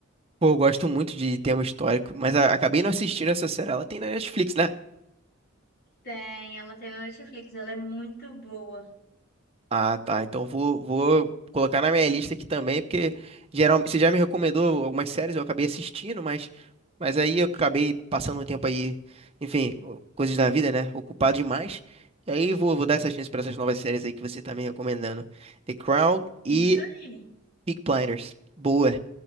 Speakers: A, on the right (about 25°); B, on the left (about 45°).
A: Pô, eu gosto muito de tema histórico, mas a- acabei não assistindo essa série. Ela tem na Netflix, né?
B: Tem, ela tem na Netflix, ela é muito boa.
A: Ah, tá. Então vou, vou colocar na minha lista aqui também, porque geralmente você já me recomendou algumas séries, eu acabei assistindo, mas, mas aí eu acabei passando um tempo aí, enfim, o- coisas da vida, né? Ocupado demais. E aí vou, vou dar essa chance pra essas novas séries aí que você tá me recomendando. The Crown
B: Isso
A: e
B: aí.
A: Peaky Blinders. Boa.